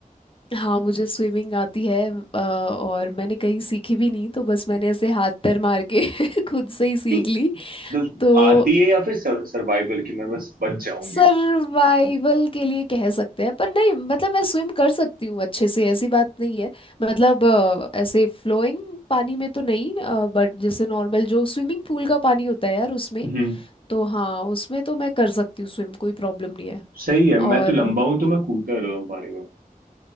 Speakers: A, on the left (about 35°); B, on the right (about 80°).
A: हाँ मुझे स्विमिंग आती है अ, और मैंने कहीं सीखी भी नहीं तो बस मैंने ऐसे हाथ पैर मार के <laughs> खुद से ही सीख
B: है
A: ली
B: तो
A: तो
B: आती है या फिर सर्वाइवल की मैं बस बच जाऊंगी
A: सर्वाइवल के लिए कह सकते हैं पर नहीं मतलब मैं स्विम कर सकती हूँ अच्छे से ऐसी बात नहीं है मतलब अ, ऐसे फ्लोइंग पानी में तो नहीं बट जैसे नॉर्मल जो स्विमिंग पूल का पानी होता है यार उसमें
B: हम्म
A: तो हाँ उसमें तो मैं कर सकती हूँ स्विम कोई प्रॉब्लम नहीं है
B: सही है
A: और
B: मैं तो लंबा हूं तो मैं कूदता रह रहा हूँ पानी में